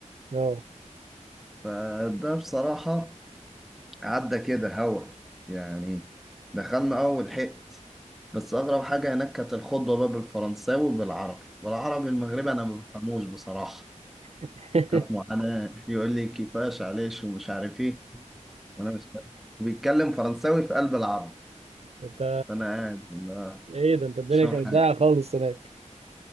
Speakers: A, on the right; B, in the centre.
A: اه
B: فده بصراحه عدى كده هوا يعني دخلنا اه ولحقت بس اغرب حاجه هناك كانت الخطبه بقى بالفرنساوي وبالعربي والعربي المغربي انا ما بفهموش بصراحه
A: <laughs>
B: كانت معاناة يقول لي كيفاش عليش ومش عارف ايه وانا مش فاهم وبيتكلم فرنساوي في قلب العرب
A: انت
B: فانا قاعد لا،
A: ايه ده انت الدنيا
B: مش فاهم
A: كانت ضايعه
B: حاجة
A: خالص هناك